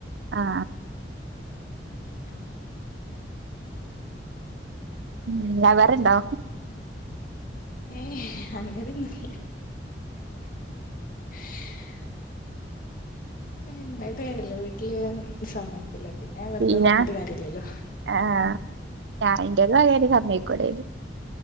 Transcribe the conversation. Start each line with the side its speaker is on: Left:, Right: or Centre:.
Right: ആഹ്
Left: ആഹ്
Right: ഉം ലൗവർ ണ്ടോ
Left: ഏ അങ്ങനൊന്നുല്ല. <inaudible> ഉണ്ടായിട്ട് കാര്യമല്ല വീട്ടില് സമയ്കുല്ല പിന്നെ അവറതെ
Right: സീന
Left: നോക്കിട്ട് കാര്യമില്ലല്ലോ?
Right: ആഹ് ഞാൻ ഇൻ്റ പെരേല് സമ്മയ് ക്കൂലത്.